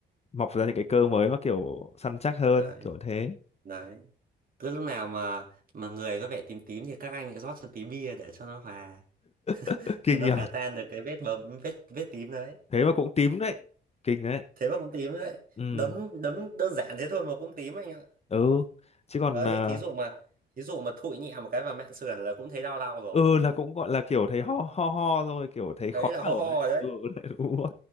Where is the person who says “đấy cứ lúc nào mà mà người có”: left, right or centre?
Right